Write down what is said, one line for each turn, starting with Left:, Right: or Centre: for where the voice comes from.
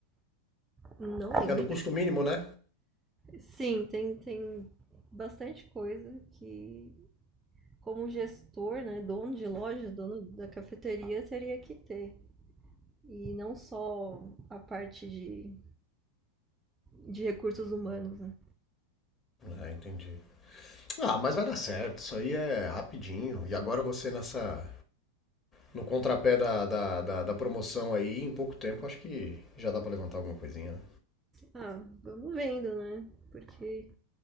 Right: Não lembro.
Left: É do custo mínimo, né?
Right: Sim, tem, tem bastante coisa que, como gestor, né, dono de loja, dono da cafeteria, teria que ter. E não só a parte de, de recursos humanos, né?
Left: Ah, entendi. Ah, mas vai dar certo, isso aí é rapidinho. E agora você nessa, no contrapé da, da, da, da promoção aí, em pouco tempo, acho que já dá pra levantar alguma coisinha, né?
Right: Ah, vamos vendo, né? Porque